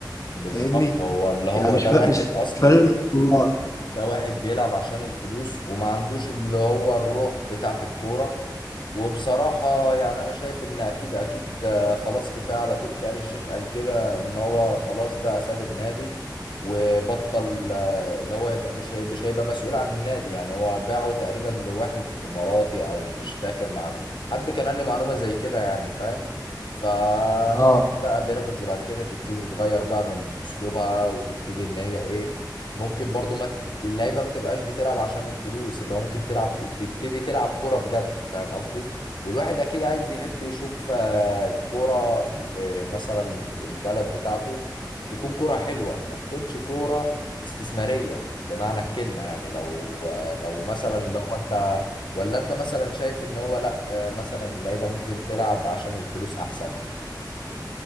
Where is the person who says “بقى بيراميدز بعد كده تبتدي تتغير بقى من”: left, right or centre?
Left